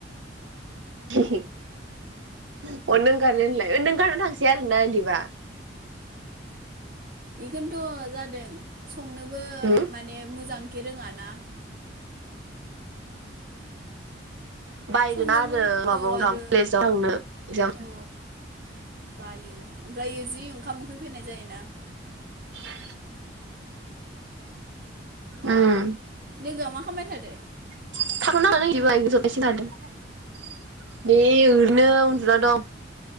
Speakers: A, on the right (about 85°); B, on the right (about 50°).
A: हेहे <inaudible> अ नों गारनो होनलाय नों गारना थांसै आरोना इदिबा?
B: इखौन थ' जादों संनोबो
A: उम
B: माने मोजांखे रोङा ना।
A: बायगोना
B: संनोबो
A: आरो माबायाव
B: औ आरो
A: <unintelligible> प्लेसाव थांनो जाम
B: औ बायो ओमफ्रायो जि ओंखाम उखै फैनाय जायोना।
A: <inaudible> उम
B: लोगोआ मा खामबाय थादो?
A: <unintelligible> बे ओरैनो उन्दुना दं